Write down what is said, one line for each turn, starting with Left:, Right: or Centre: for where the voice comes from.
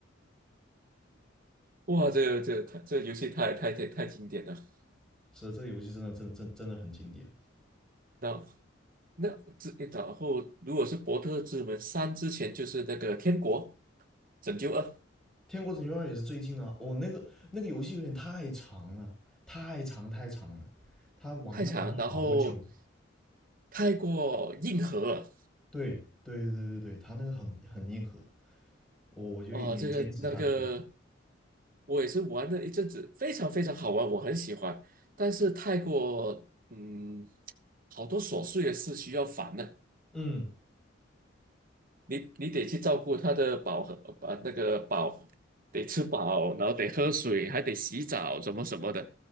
Right: 哇，这个这个太这个游戏太太太太经典了。
Centre: <laughs> 是这个游戏真的真真真的很经典。
Right: 那那这然后如果是《博特之门三》之前就是那个《天国拯救二》，
Centre: 天国拯救二也是最近的啊我、哦那个那个游戏有点太长了，太长太长了，他玩要玩好久。
Right: 太长了，然后太过硬核了。
Centre: 对对对对对，他那个很很硬核，我我就没坚持下去。
Right: 哦，这个那个我也是玩了一阵子，非常非常好玩，我很喜欢，但是太过嗯，好多琐碎的事需要烦的。
Centre: 嗯，
Right: 你你得去照顾它的饱和，把那个饱，得吃饱，然后得喝水，还得洗澡，什么什么的，